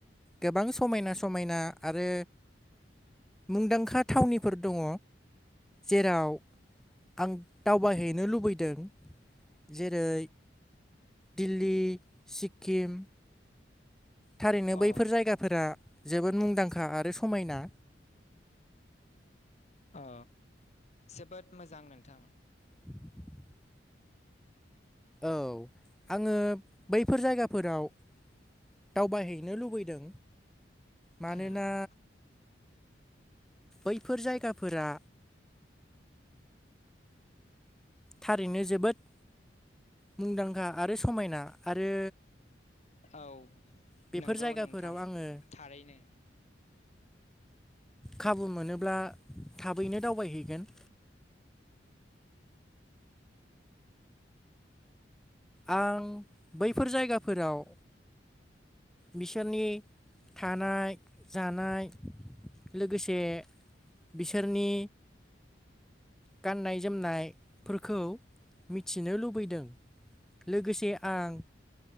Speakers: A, in the centre; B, on the left.
A: गोबां समायना समायना आरो मुंदांखा थावनिफोर दङ। जेराव आं दावबायहैनो लुबैदों जेरै दिल्ली, सिक्किम, थारैनो
B: अ
A: बैफोर जायगाफोरा जोबोद मुंदांखा आरो समायना।
B: अ जोबोद मोजां नोंथां।
A: <inaudible> औ आङो बैफोर जायगाफोराव दावबायहैनो लुबैदों। मानोना
B: खोनादोंना?
A: बैफोर जायगाफोरा थारैनो जोबोद मुंदांखा आरो समायना आरो
B: औ
A: बेफोर
B: नंगौ
A: जायगाफोराव
B: नोंथां
A: आङो
B: थारैनो।
A: खाबु मोनोब्ला थाबैनो दावबायहैगोन। आं बैफोर जायगाफोराव बिसोरनि थानाय जानाय लोगोसे बिसोरनि गाननाय जोमनायफोरखौ मिथिनो लुबैदों। लोगोसे आं